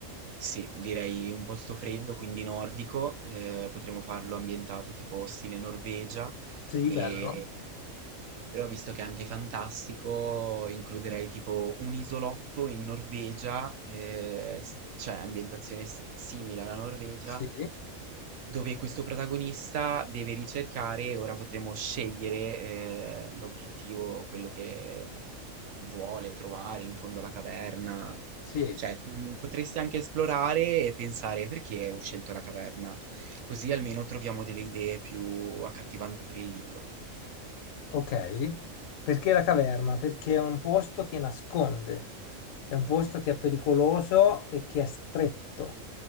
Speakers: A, on the right (about 75°); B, on the left (about 75°).
A: sì, direi un posto freddo, quindi nordico, eh, potremmo farlo ambientato tipo stile Norvegia,
B: Sì,
A: e-
B: bello.
A: però visto che è anche fantastico, includerei tipo un isolotto in Norvegia, eh, s- cioè ambientazione s- simile alla Norvegia
B: Sì,
A: dove questo protagonista deve ricercare, ora potremo scegliere eh, l'obiettivo, quello che vuole trovare in fondo alla caverna.
B: sì.
A: Cioè, mm, potresti anche esplorare e pensare perché ho scelto la caverna, così almeno troviamo delle idee più accattivanti per il libro.
B: Ok, perché la caverna? Perché è un posto che nasconde, è un posto che è pericoloso e che è stretto,